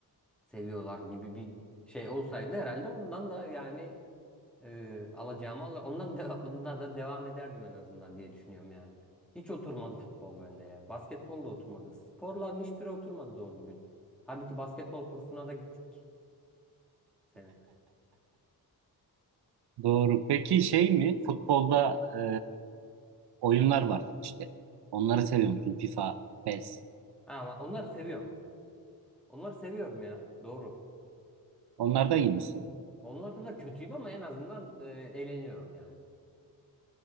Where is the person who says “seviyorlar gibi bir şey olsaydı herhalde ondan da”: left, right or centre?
Centre